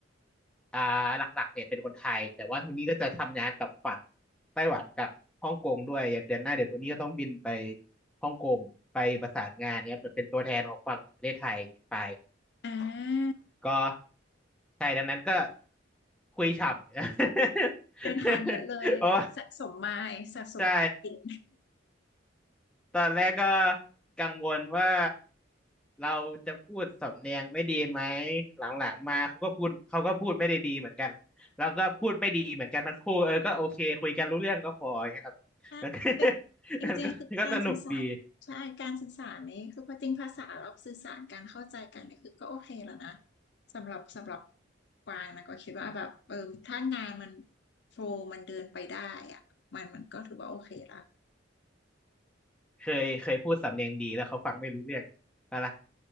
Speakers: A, in the centre; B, on the left (about 60°).
A: อ่าหลักๆเนี่ยเป็นคนไทยแต่ว่าโทนี่ก็จะทำงานกับฝั่งไต้หวันกับฮ่องกงด้วยอย่างเดือนหน้าเดี๋ยวโทนี่ก็ต้องบินไปฮ่องกงไปประสานงานเนี่ยเหมือนเป็นตัวแทนของฝั่งประเทศไทยเนี่ยไป
B: อ่า
A: ก็ใช่ดังนั้นก็คุยฉ่ำอยู่ <laughs>
B: เดินทางเยอะเลยสะสมไมล์สะสมไมล์กิน
A: โอ้ <laughs> ใช่ตอนแรกก็กังวลว่าเราจะพูดสำเนียงไม่ดีไหมหลังๆมาเขาก็พูดเขาก็พูดไม่ได้ดีเหมือนกันแล้วก็พูดไม่ดีเหมือนกันทั้งคู่เออก็โอเคคุยกันรู้เรื่องก็พออย่างเงี้ยครับ <laughs>
B: ใช่เป็น
A: มันก็ <laughs>
B: จริงๆคือการสื่อสารใช่การสื่อสารนี้คือพอจริงภาษาเราสื่อสารการเข้าใจกันนี่คือก็โอเคแล้วนะ
A: มันก็ก็สนุกดี
B: สำหรับสำหรับกวางนะก็คิดว่าแบบเออถ้างานมันโฟลมันเดินไปได้อะมันมันก็ถือว่าโอเคละ
A: เคยเคยพูดสำเนียงดีแล้วเขาฟังไม่รู้เรื่องไปะละ <laughs>